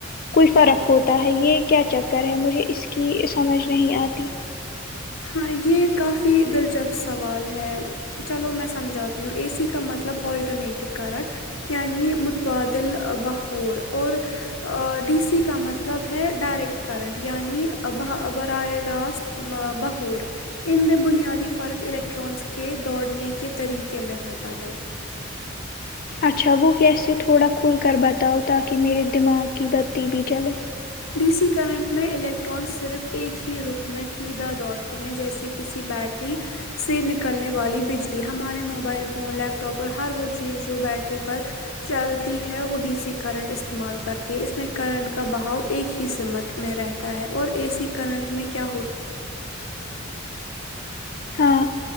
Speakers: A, on the left; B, on the left.
A: کوئی فرق ہوتا ہے یہ کیا چکر ہے مجھے اس کی سمجھ نہیں آتی
B: ہاں یہ کافی دلچسپ سوال ہے چلو میں سمجھاتی ہوں اے سی کا مطلب آٹرنیٹ کرارٹ یعنی متبادل باہور اور ڈی سی کا مطلب ہے ڈائریکٹ کرنٹ یعنی ب براہ راست بہ اور ان میں بنیادی فرق الیکٹرانس کے دوڑنے کے طریقے میں ہوتا ہے
A: اچھا وہ کیسے تھوڑا کھل کر بتاؤ تاکہ میرے دماغ کی بتی بھی جلے
B: ڈی سی کرنٹ میں الیکٹران صرف ایک ہی رخ میں سیدھا دوڑتے ہیں جیسے کہ کسی بیٹری سے نکلنے والی بجلی ہمارے موبائل فون لیپ ٹاپ اور ہر وہ چیز جو بیٹری پر چلتی ہے وہ ڈی سی کرنٹ استعمال کرتی ہے اس میں کرنٹ کا بہاؤ ایک ہی سمت میں رہتا ہے اور اے سی کرنٹ میں کیا ہوتا
A: ہاں